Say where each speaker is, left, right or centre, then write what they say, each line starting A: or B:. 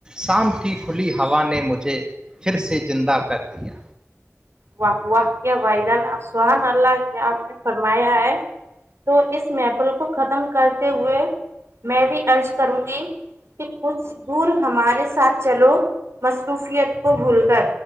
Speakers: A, on the right; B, on the right.
A: شام کی کھلی ہوا نے مجھے پھر سے زندہ کر دیا
B: واہ واہ کیا بھائی جان سبہان اللہ کیا آپ نے فرمایا ہے تو اس محفل کو ختم کر تے ہوئے میں بھی ارض کروں گی کہ کچھ دور ہمارے ساتھ چلو مصروفیت کو بھول کر